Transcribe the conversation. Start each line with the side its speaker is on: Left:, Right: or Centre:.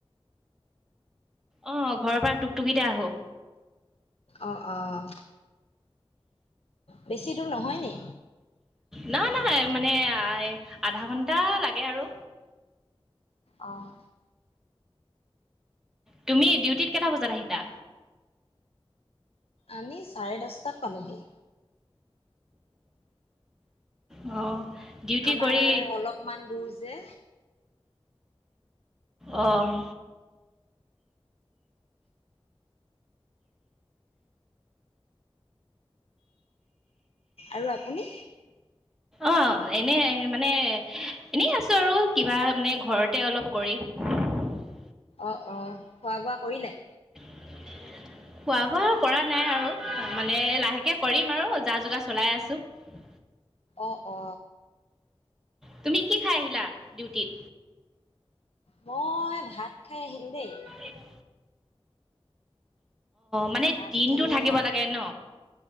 Centre: অ ঘৰৰ পৰা টুক টুকিতে আহো
Left: অঁ অঁ বেছি দূৰ নহয় নি
Centre: নহ নহয় মানে আধা ঘন্টা লাগে আৰু
Left: অঁ
Centre: তুমি ডিউটিত কেইটা বজাত আহিবা
Left: আমি চাৰে দহটাত পালোহি
Centre: অ ডিউটি
Left: আমাৰ
Centre: কৰি
Left: অলপমান দূৰ যে
Centre: অঁ
Left: আৰু আপুনি
Centre: অঁ এনেই মানে এনেই আছোঁ আৰু কিবা মানে ঘৰতে অলপ কৰি <unintelligible>
Left: অ অ খোৱা বোৱা কৰিলে
Centre: <unintelligible> খোৱা বোৱা কৰা নাই আৰু মানে লাহেকে কৰিম আৰু যা যোগাৰ চলাই আছো উ <unintelligible>
Left: অ অ
Centre: তুমি কি খাই আহিলা ডিউটিত
Left: মই ভাত খাই আহিলো দেই
Centre: এক <inaudible> মানে
Left: ভাত
Centre: দিনটো
Left: খালো
Centre: থাকিব লাগে ন?